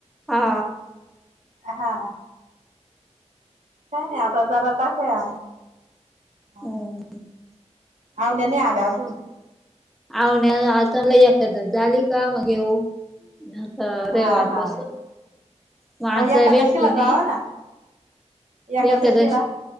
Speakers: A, in the centre; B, on the right (about 80°).
A: हा.
B: हा, काही नाही आता जरा टाकय हा,
A: हम्म
B: आवण्या नाही आला अजून?
A: आवन्या आता मला <unintelligible> झाली का मग येऊ. आता रविवार
B: हा हा
A: पासून <unintelligible>
B: मग एकादशीला
A: वेट कि
B: जावा
A: नाही.
B: ना एकादशीला
A: एकादस,